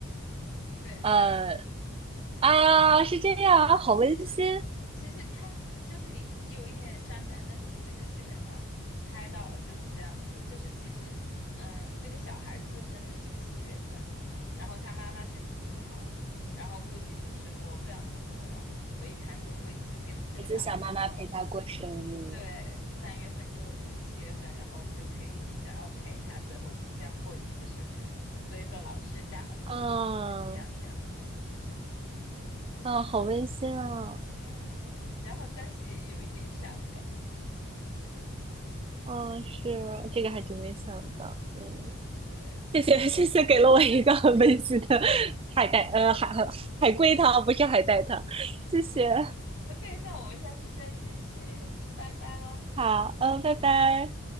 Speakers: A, on the left; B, on the right.
A: 对，
B: 呃啊，是这样啊，好温馨
A: 其实其实他就是你有一点伤感，但是你其实基本上猜到就是这样子，就是其实，嗯，这个小孩子的生日是七月份，然后他妈妈身体不好，然后估计就是活不了那么久了，所以他就会就跟这个小孩子说，
B: 孩子想妈妈陪他过生日。
A: 对，三月份之后就是七月份，然后就可以想要陪他最后这样过一次生日，所以说老师家访之后也就跟着这样讲了。
B: 啊啊，好温馨啊！
A: 嗯，然后但是也有一点伤感，
B: 啊，是这个还真没想到，嗯，
A: 对。<laughs>
B: 谢谢谢谢，给了我一个很温馨的海带，呃，海海海龟汤，不是海带汤，谢谢，
A: OK，那我们下次再继续，拜拜喽。
B: 好，嗯，拜拜。